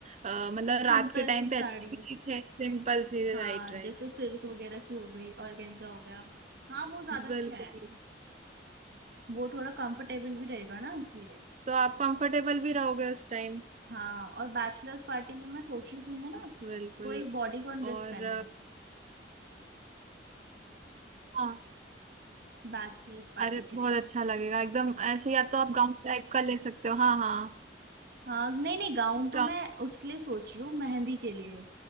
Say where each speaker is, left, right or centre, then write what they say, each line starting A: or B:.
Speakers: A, on the right; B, on the right.
A: अ, मतलब
B: सिंपल
A: रात के टाइम
B: सी
A: पे
B: साड़ी
A: अच्छी भी ठीक है सिंपल सी
B: हाँ
A: Right right
B: जैसे सिल्क वगैरह की हो गई ऑर्गेन्जा हो गया हाँ वो ज्यादा अच्छा
A: बिल्कुल
B: है वो थोड़ा कंफर्टेबल भी रहेगा ना इसलिए
A: तो आप कंफर्टेबल भी रहोगे उस टाइम
B: हाँ और बैचलर्स पार्टी में मैं सोचू कि मैं ना
A: बिल्कुल
B: कोई बॉडीकॉन ड्रेस
A: और
B: पहनूं
A: अ, हाँ
B: बैचलर्स पार्टी
A: अरे
B: के
A: बहुत
B: लिए
A: अच्छा लगेगा एकदम ऐसे या तो आप गाउन टाइप का ले सकते हो हाँ हाँ
B: हाँ नहीं नहीं गाउन तो
A: गाउन
B: मैं उसके लिए सोच रही हूँ मेहंदी के लिए